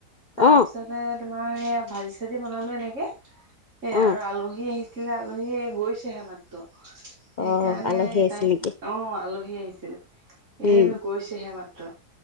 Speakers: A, on the left; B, on the right.
A: অ
B: তাৰপিছতে, তোমাৰ এয়া ভাজি চাজি বনালো এনেকে, এয়া
A: অ
B: আৰু আলহী আহিছে। এ আলহী এগৈছেহে মাত্ৰ। সেইকাৰণে
A: অ আলহী আহিছিল
B: তাই
A: নেকি
B: অ' আলহী উম আহিছিলে। এ
A: উম
B: গৈছেহে মাত্ৰ।